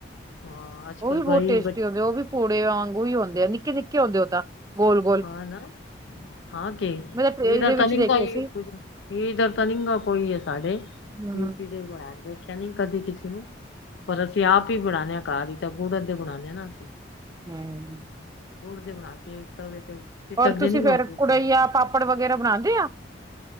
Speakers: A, on the left (about 70°); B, on the right (about 20°).
A: ਹਾਂ ਅੱਜ
B: ਉਹ
A: ਕੱਲ
B: ਵੀ
A: ਬਈ
B: ਬਹੁਤ ਟੇਸਟੀ
A: ਬ
B: ਹੁੰਦੇ ਉਹ ਵੀ ਪੂੜੇ ਵਾਂਗੂ ਹੀ ਹੁੰਦੇ ਆ ਨਿੱਕੇ ਨਿੱਕੇ ਹੁੰਦੇ ਉਹ ਤਾਂ ਗੋਲ-ਗੋਲ
A: ਹਾਂ ਨਾ ਹਾਂ ਕੇ
B: ਮੈਂ ਤਾਂ ਇਹਦੇ
A: ਡਰ
B: ਵਿੱਚ
A: ਤ ਨਿੰ
B: ਦੇਖੇ ਸੀ
A: ਪੂਜਾ ਇਧਰ ਤਾਂ ਨੀ ਗ ਕੋਈ ਆ ਸਾਡੇ
B: ਹੂੰ
A: ਯੂਪੀ ਦੇ ਬਣਾ ਦੇਖਿਆ ਨੀ ਕਦੇ ਕਿਸੇ ਨੂੰ ਪਰ ਅਸੀਂ ਆਪ ਹੀ ਬਣਾਉਂਦੇ ਹਾਂ ਕਾਹ ਹੀ ਤਾਂ ਗੁੜ ਦੇ ਬਣਾਉਦੇ ਹਾਂ ਨਾ ਅਸੀਂ
B: <unintelligible>
A: ਗੁੜ ਦੇ ਬਣਾ ਕੇ ਤਦੇ ਤੇ ਚਿਟਕਦੇ
B: ਔਰ ਤੁਸੀਂ
A: ਨੀ
B: ਫੇਰ
A: ਗਾ ਗੁੜ
B: ਕੁੜਈਆ
A: ਦੇ
B: ਪਾਪੜ ਵਗੈਰਾ ਬਣਾਉਂਦੇ ਆ